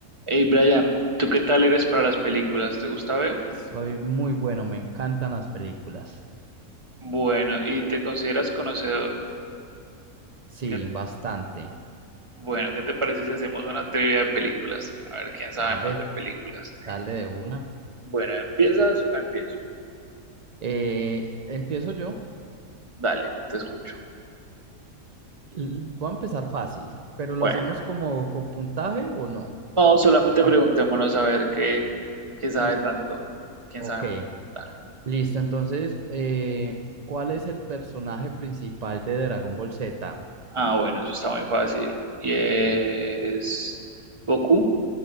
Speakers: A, on the right; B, on the right.
A: Hey Brian, ¿tú qué tal eres para las películas? ¿Te gusta ver?
B: Soy muy bueno, me encantan las películas.
A: Bueno, ¿y te consideras conocedor?
B: Sí,
A: ¿Qué-
B: bastante.
A: bueno, ¿qué te parece si hacemos una trivia de películas? A ver quién sabe
B: Dale,
A: más de películas.
B: dale de una.
A: Bueno, ¿empiezas o empiezo?
B: Eh, empiezo yo.
A: Dale, te escucho.
B: L- Voy a empezar fácil, pero
A: Bueno,
B: ¿lo hacemos como con puntaje o no?
A: no, solamente
B: Ah,
A: preguntémonos
B: no.
A: a ver qué, qué sabe
B: Y,
A: tanto. ¿Quién
B: ok,
A: sabe más? Dale.
B: listo. Entonces, eh, ¿cuál es el personaje principal de Dragon Ball Z?
A: Ah, bueno, eso está muy fácil. Y es Goku,